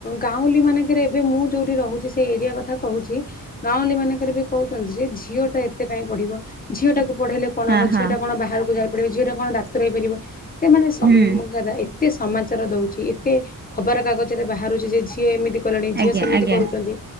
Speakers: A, on the left; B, on the right.
A: ଗାଉଁଲି ମାନଙ୍କରେ ଏବେ ମୁଁ ଯୋଉଠି ରହୁଛି ଏରିଆ କଥା କହୁଛି ଗାଉଁଲି ମାନଙ୍କରେ ବି କହୁଛନ୍ତି ଯେ ଝିଅଟା କେତ କାଇଁ ପଢିବ ଝିଅ ଟାକୁ ପଢେଇଲେ କଣ ହବ
B: ହଁ ହଁ
A: ଝିଅ ଟା କଣ ବାହାରକୁ ଯାଇ ପାରିବ ଝିଅ ଟା କଣ ଡାକ୍ତର ହେଇାରିବ ସେମାନେ ସମ
B: ହୁଁ
A: ଏତେ ସମାଚାର ଦଉଛି ଏତେ ଖବର କାଗଜ ରେ ବାହାରୁଛି ଯେ ଝିଅ ଏମିତି କଲେଣି ଝିଅ
B: ଆଜ୍ଞା
A: ସେମିତି
B: ଆଜ୍ଞା
A: କରୁଛନ୍ତି